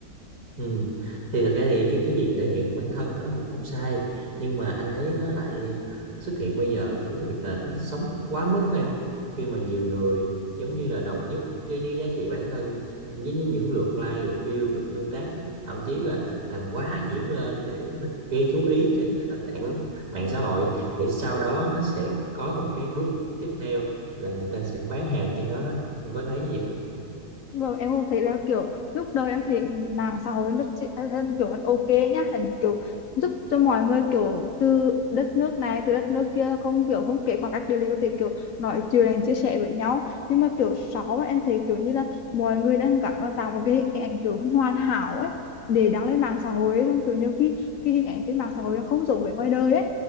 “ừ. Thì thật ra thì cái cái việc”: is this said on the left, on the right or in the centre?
Right